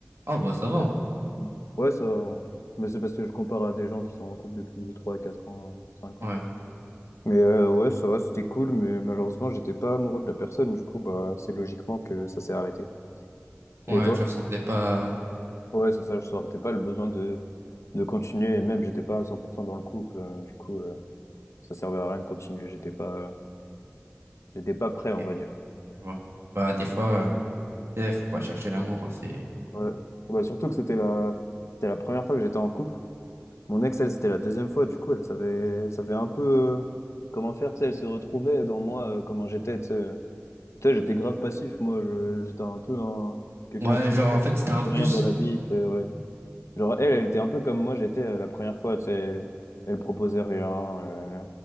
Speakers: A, on the right; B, on the left.
A: Ah bah ça va. hein.
B: Euh, Ouais, ça va. hein. Mais c'est parce que je compare à des gens qui sont en couple depuis 3 4 ans, cinq
A: Ouais.
B: ans. Mais euh, ouais, ça va, c'était cool, mais malheureusement, j'étais pas amoureux de la personne, du coup, bah, c'est logiquement que ça s'est arrêté.
A: Ouais,
B: Et toi?
A: tu ressentais pas.
B: Ouais, c'est ça, je sortais pas le besoin de, de continuer, et même j'étais pas à 100% dans le couple, euh, du coup, euh, ça servait à rien de continuer, j'étais pas, euh, J'étais pas prêt,
A: Ok,
B: on va dire.
A: je vois. Bah des fois, euh, tu sais, faut pas chercher l'amour. hein, c'est.
B: Ouais. Bah, surtout que c'était la... c'était la première fois que j'étais en couple. Mon ex, elle, c'était la deuxième fois. Du coup, elle savait, elle savait un peu euh, comment faire. Tu sais, elle se retrouvait dans moi, euh, comment j'étais. Tu sais, euh, Tu sais, j'étais grave passif. Moi, Je- j'étais un peu un- quelqu'un
A: Ouais,
B: qui
A: genre
B: faisait
A: en fait c'était un plus.
B: rien dans la vie. tu sais, ouais. Genre, elle, elle était un peu comme moi, j'étais euh, la première fois. Tu sais, elle... elle proposait rien. euh,